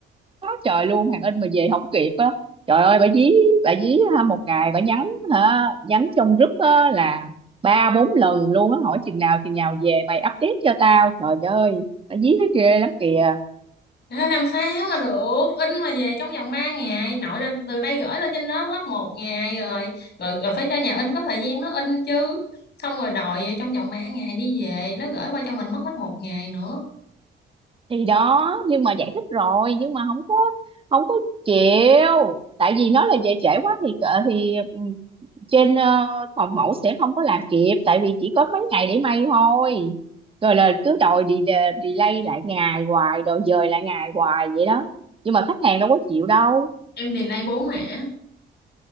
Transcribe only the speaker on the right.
quá trời luôn hàng in mà về không kịp á trời ơi bà dí bà dí ha, một ngày bà nhắn hả nhắn trong group á là ba bốn lần luôn á hỏi chừng nào chừng nào về mày update cho tao trời ơi bà dí nó ghê lắm kìa
thì đó nhưng mà giải thích rồi nhưng mà không có không có chịu tại vì nó là về trễ quá thì cỡ- thì ừ, trên ờ, phòng mẫu sẽ không có làm kịp tại vì chỉ có mấy ngày để may thôi rồi là cứ đòi đi delay lại ngày hoài đòi dời lại ngày hoài vậy đó nhưng mà khách hàng đâu có chịu đâu